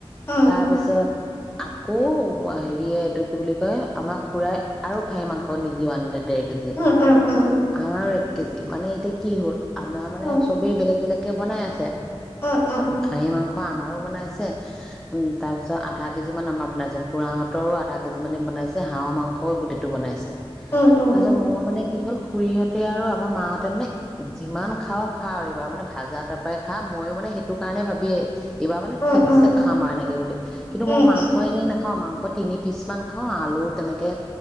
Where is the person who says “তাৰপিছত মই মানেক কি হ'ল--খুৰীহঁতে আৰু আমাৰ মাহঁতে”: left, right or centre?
Centre